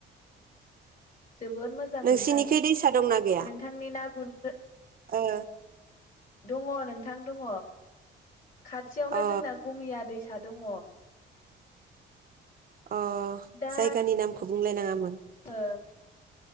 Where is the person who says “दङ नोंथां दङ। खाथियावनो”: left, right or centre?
Left